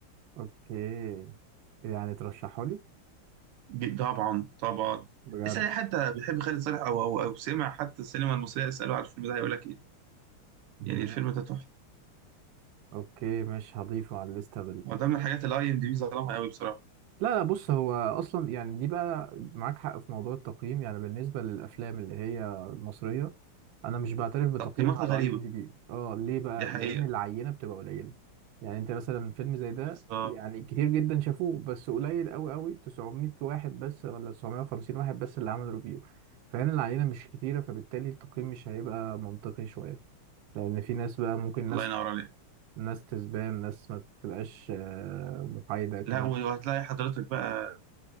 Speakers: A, on the right; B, on the right.
A: اوكي يعني ترشحه لي
B: جي- طبعا طبعا
A: بجد
B: اسأل أي حد بيحب خالد صالح أو أو أو سمع حتى السينما المصرية اسأله على الفيلم ده هيقول لك إيه يعني
A: ماشي.
B: الفيلم ده تحفة
A: اوكي ماشي هضيفه على الليستة
B: هو ده من الحاجات اللي أي إم دي بي ظلمها قوي بصراحة
A: لا لا بص هو اصلا يعني دي بقى معاك حق في موضوع التقييم يعني بالنسبه للافلام اللي هي المصريه انا مش بعترف بتقييمها
B: تقييماتها
A: على
B: غريبة
A: اي ام دي بي اه ليه بقى
B: دي حقيقة
A: لان العينه بتبقى قليله يعني انت مثلا فيلم زي ده
B: بالظبط
A: يعني كتير جدا شافوه بس قليل قوي قوي 900 واحد بس ولا 950 واحد بس اللي عمل ريفيو فهنا العينه مش كتيره فبالتالي التقييم مش هيبقى منطقي شويه لان في ناس بقى ممكن ناس
B: الله ينور عليك
A: ناس تسبان ناس ما بتبقاش آه، محايده كلام
B: لا وهتلاقي حضرتك بقى